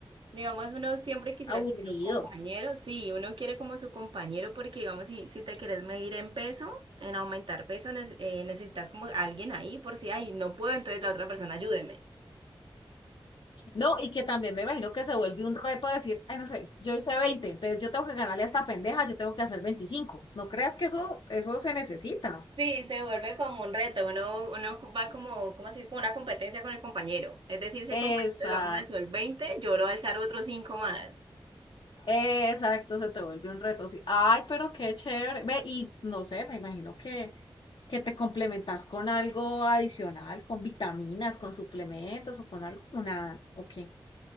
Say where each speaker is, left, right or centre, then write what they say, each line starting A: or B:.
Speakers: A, on the right; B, on the left.
A: digamos, uno siempre quisiera
B: Aburrido.
A: tener un compañero. Sí, uno quiere como su compañero porque, digamos, si, si te quieres medir en peso, en aumentar peso, neces- eh, necesitas como alguien ahí por si, ay, no puedo, entonces la otra persona ayúdeme.
B: No, y que también me imagino que se vuelve un reto decir, ay, no sé, yo hice 20, entonces yo tengo que ganarle a esta pendeja, yo tengo que hacer 25. No creas que eso, eso se necesita.
A: Sí, se vuelve como un reto, uno, uno va como, ¿cómo así? Como una competencia con el compañero. Es decir, si
B: Exacto.
A: el compañero, digamos, alzó el 20, yo lo voy a alzar otros cinco más.
B: Exacto, se te vuelve un reto. Sí. Ay, pero qué chévere. Ve, y no sé, me imagino que, que te complementas con algo adicional, con vitaminas, con suplementos o con algo, o nada, ¿o qué?